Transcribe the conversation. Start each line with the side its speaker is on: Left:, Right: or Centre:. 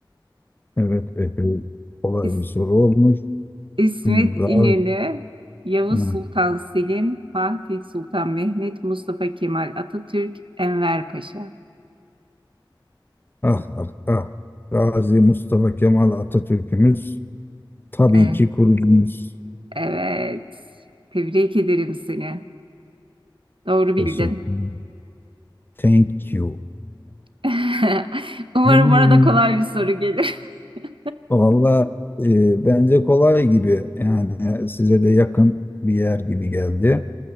Left: Evet. Epey kolay
Right: <laughs> İs-
Left: bir soru olmuş.
Right: İsmet
Left: Hı, Gayet.
Right: İnönü, Yavuz
Left: Ha.
Right: Sultan Selim, Fatih Sultan Mehmet, Mustafa Kemal Atatürk, Enver Paşa.
Left: Ah ah ah. Gazi Mustafa Kemal Atatürk'ümüz tabii
Right: E,
Left: ki kurucumuz.
Right: evet, tebrik ederim seni. Doğru bildin.
Left: Teşekkür ederim. Thank you.
Right: <laughs> Umarım
Left: Hmm,
Right: arada kolay bir soru gelir. <laughs>
Left: valla e, bence kolay gibi yani size de yakın bir yer gibi geldi.